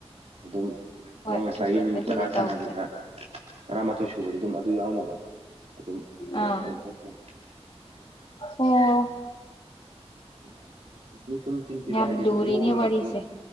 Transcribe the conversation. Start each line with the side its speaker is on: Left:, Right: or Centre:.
Right: ꯑꯗꯨꯝ
Left: ꯍꯣꯏ
Right: ꯅꯪ ꯉꯁꯥꯏꯒꯤ
Left: ꯑꯗꯨꯗꯤ
Right: ꯃꯤꯅꯤꯠ
Left: ꯑꯗꯨꯗꯤ
Right: ꯇꯔꯥ ꯁꯥꯟꯅꯒꯦꯔ
Left: ꯇꯧꯗꯦ
Right: ꯇꯔꯥꯃꯥꯊꯣꯏ ꯁꯨꯕꯗ ꯑꯗꯨꯝ ꯑꯗꯨ ꯌꯥꯎꯔꯝꯃꯕ ꯑꯗꯨꯝ ꯄꯨꯂꯞ
Left: ꯑꯥ
Right: ꯑꯗꯨꯝ ꯀꯛꯈ꯭ꯔꯅꯤ
Left: ꯑꯣ
Right: ꯑꯗꯨꯃꯥꯏꯅ ꯑꯗꯨꯝ ꯁꯨꯝ ꯆꯤꯟꯊꯤꯕ
Left: ꯌꯥꯝ
Right: ꯍꯥꯏꯗꯤ ꯁꯨꯝ
Left: ꯂꯨꯔꯤꯅꯦ
Right: ꯅꯣꯛꯑꯒ
Left: ꯋꯥꯔꯤꯁꯦ
Right: ꯁꯨꯝ